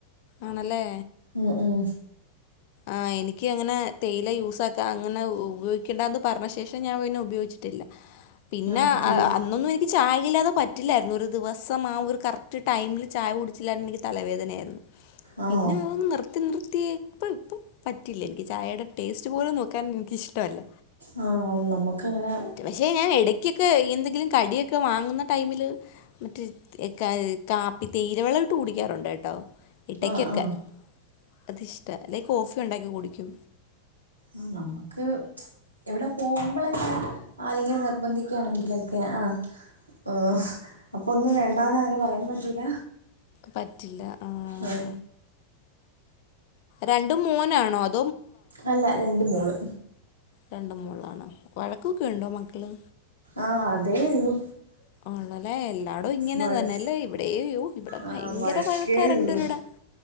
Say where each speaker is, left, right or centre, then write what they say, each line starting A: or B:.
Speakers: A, on the left (about 45°); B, on the right (about 80°).
A: ആണല്ലേ.
B: ഉം ഉം
A: ആഹ് എനിക്ക് അങ്ങനെ തേയില യൂസാക്കാ അങ്ങനെ ഉപയോഗിക്കണ്ടാന്ന് പറഞ്ഞ ശേഷം ഞാൻ പിന്നെ ഉപയോഗിച്ചി ട്ടില്ലാ. പിന്നെ
B: ആ, തീ-
A: അന്നൊന്നും എനിക്ക് ചായ ഇല്ലാതെ പറ്റില്ലായിരുന്നു. ഒരു ദിവസം ആ ഒരു കറക്റ്റ് ടൈമിൽ ചായ കുടിച്ചില്ലായിന്നെങ്കി എനിക്ക് തലവേദനയായിരുന്നു.
B: ആണോ
A: പിന്നെ അവ നിർത്തി നിർത്തിയ ഇപ്പ പറ്റില്ല എനിക്ക് ചായയുടെ ടേസ്റ്റ് പോലും നോക്കാൻ ഇഷ്ടമല്ല
B: ആ നമുക്കങ്ങനെ
A: പക്ഷെ ഞാൻ ഇടക്കൊക്കെ എന്തെങ്കിലും കടി- ക്കെ വാങ്ങുന്ന ടൈമില് മറ്റേ കാപ്പി തേയിലവെള്ളം ഇട്ട് കുടിക്കാറുണ്ട് കേട്ടോ ഇടക്കൊക്കെ
B: ആ ആ
A: അത്ഷ അല്ല കോഫി ഉണ്ടാക്കി കുടിക്കും
B: ആ നമുക്ക് എവിടെ പോകുമ്പോഴൊക്കെ ആരങ്കിലും നിർബന്ധിക്കയാണെങ്കിലൊക്കെ ആ ഓ അപ്പൊ ഒന്നും വേണ്ടാന്ന് അങ്ങനെ പറയാൻ പറ്റൂല
A: പറ്റില്ല ആഹ
B: ആ.
A: രണ്ടു മോനാണോ അ-
B: അല്ല രണ്ട് മോള്
A: രണ്ട മോളാണോ വഴക്കൊക്കെ ഉണ്ടോ മക്കള്?
B: ആഹ് അതേ ഉള്ളൂ.
A: ആണല്ലേ എല്ലാടും ഇങ്ങനെ
B: വൾ-
A: തന്നെല്ലേ ഇവിടെയോ ഇവിടെ
B: ആ
A: ഭയങ്കര
B: വഴക്കേ
A: വഴക്കാരണ്ടും
B: ഉള്ളൂ
A: കൂടേ